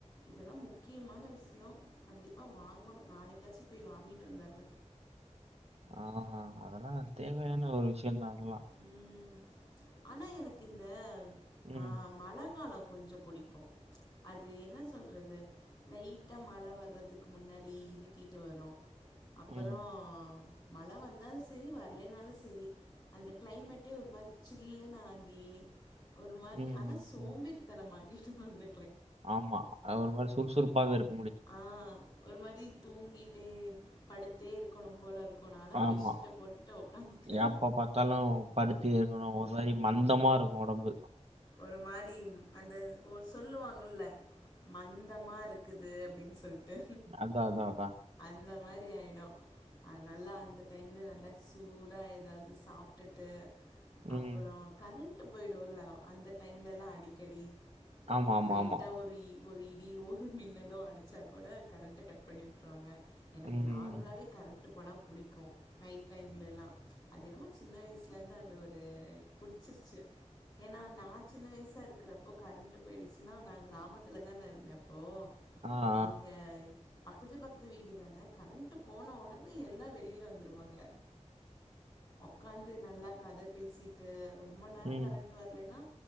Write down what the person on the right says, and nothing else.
ஆமா அதெல்லா தேவையான ஒரு விஷயந்தா வ
ம்,
ம்,
ம்,
ம்.
ஆமா அது ஒரு மாரி சுறுசுறுப்பாகவே இருக்
ஆமா.
எப்ப பார்த்தாலும் <unintelligible> ஒரு மாரி மந்தமா இருக்கு ஒடம்பு
அதான், அதான், அதான்.
ம்
ஆமா, ஆமா,
ஆமா.
ம்.
ஆ, ஆ.
ம்,